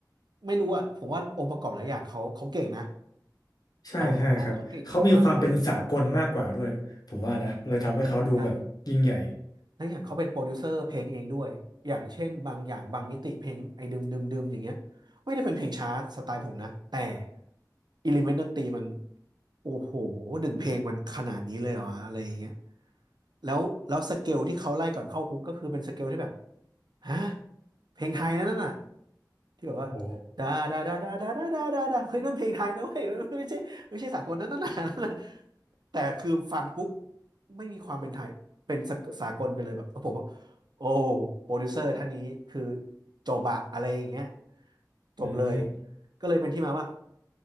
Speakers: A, on the right (about 70°); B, on the left (about 60°).
A: ไม่รู้อะผมว่าองค์ประกอบหลายอย่างเขาเขาเก่งนะ
B: ใช่ใช่ครับ
A: เขาเขาเขาเขาเก่งมาก
B: เขามีความเป็นสากลมากกว่าด้วยผมว่านะเลยทำให้เขาดูแบบยิ่งใหญ่
A: ใช่ และอย่างเขาเป็นโปรดิวเซอร์เพลงเองด้วย อย่างเช่นบางอย่างบางมิติเพลงไอ้ดึมดึมดึมอย่างเงี้ยไม่ได้เป็นเพลงช้าสไตล์ผมนะแต่อิเลเมนต์ดนตรีมันโอ้โหหนึ่งเพลงมันขนาดนี้เลยเหรออะไรอย่างเงี้ยแล้วแล้วสเกลที่เขาไล่ก่อนเข้าคุกก็คือเป็นสเกลที่แบบฮะเพลงไทยนั่นน่ะ ที่แบบว่า
B: โอ้
A: ดาดาดาดาดาดาดาดาดาเฮ้ยนั่นเพลงไทยนะเว้ยมันไม่ใช่ไม่ใช่สากลนั่นนั่น <laughs> น่ะนั่นน่ะแต่คือฟังปุ๊บไม่มีความเป็นไทยเป็นสากสากลไปเลยแบบผมว่าโอ้โปรดิวเซอร์ท่านนี้คือจบอะอะไรอย่างเงี้ยจบเลย
B: อืม
A: ก็เลยเป็นที่มาว่า